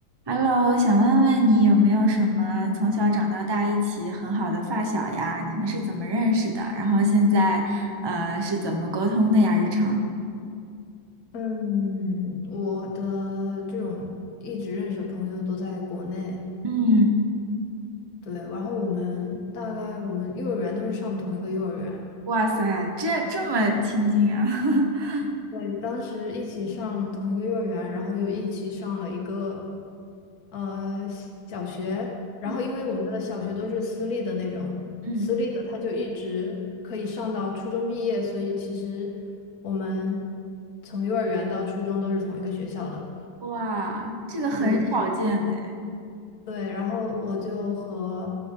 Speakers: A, on the right; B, on the left.
A: Hello，想问问你有没有什么从小长到大一起很好的发小呀？你们是怎么认识的？然后现在呃是怎么沟通的呀？日常？
B: 嗯，我的这种一直认识的朋友都在国内，
A: 嗯，
B: 对，然后我们大概我们幼儿园都是上同一个幼儿园，
A: 哇塞，这这么亲近啊！<laughs>
B: 对，当时一起上同一个幼儿园，然后又一起上了一个呃小学，然后因为我们的小学都是私立的那种，
A: 嗯嗯，
B: 私立的他就一直可以上到初中毕业，所以其实我们从幼儿园到初中都是同一个学校的。
A: 哇，这个很少见呢。
B: 对。对，然后我就和